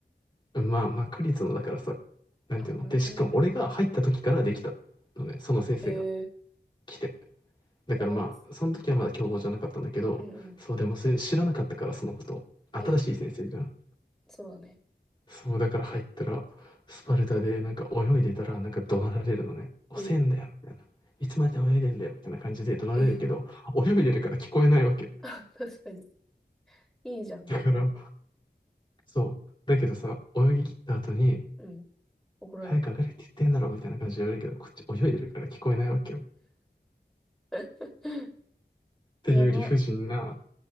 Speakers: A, on the left (about 25°); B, in the centre.
A: まあまあ、区立のだからさ、なんていうの。
B: あー、なるほどね。
A: で、しかも俺が入った時からできたのね、その先生が
B: へえ、
A: 来て。だからまあ、
B: やば。
A: その時はまだ強豪じゃなかったんだけど、
B: うん、うん。
A: そうでもそれ知らなかったから、そのこと。新しい先生じゃん。
B: え、そうだね。
A: そう、だから入ったら、スパルタで、なんか泳いでたら、なんか怒鳴られるのね。遅えんだよ、
B: え、
A: みたいな。いつまで泳いでんだよ、みたいな感じで怒鳴られるけど、
B: え、
A: 泳いでるから聞こえないわけ。
B: <laughs> あ、確かに。いいじゃん、
A: だから、
B: 逆に。
A: そう。だけどさ、泳ぎ切った後に、
B: うん、怒られん。
A: 早く上がれって言ってんだろ、みたいな感じで言われるけど、こっち泳いでるから聞こえないわけよ。っ
B: <laughs>
A: ていう理不尽な
B: やば。